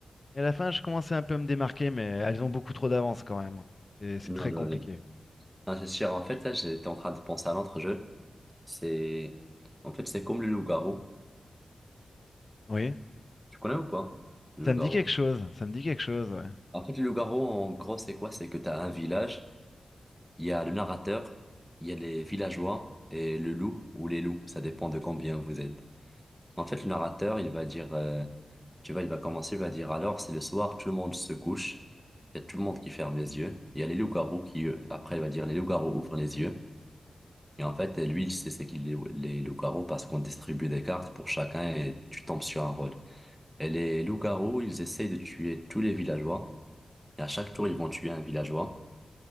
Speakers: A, on the left; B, in the centre.
A: Et à la fin, je commençais un peu à me démarquer, mais elles ont beaucoup trop d'avance quand même. hein. C'est c'est
B: Non,
A: très
B: je
A: compliqué.
B: vois bien. Non, c'est sûr. En fait, là, j'étais en train de penser à l'autre jeu. C'est, en fait, c'est comme le loup-garou.
A: Oui,
B: Tu connais ou pas? Le
A: ça
B: loup-garou.
A: me dit quelque chose, ça me dit quelque chose, ouais.
B: En fait, le loup-garou, en gros, c'est quoi? C'est que tu as un village, il y a le narrateur, il y a les villageois et le loup ou les loups. Ça dépend de combien vous êtes. En fait, le narrateur, il va dire, euh, tu vois, il va commencer, il va dire, alors, c'est le soir, tout le monde se couche. Il y a tout le monde qui ferme les yeux. Il y a les loups-garous qui, euh, après, il va dire, les loups-garous ouvrent les yeux. Et en fait, lui, il sait c'est qu'il les, les loups-garous parce qu'on distribue des cartes pour chacun et tu tombes sur un rôle. Et les loups-garous, ils essayent de tuer tous les villageois. Et à chaque tour, ils vont tuer un villageois.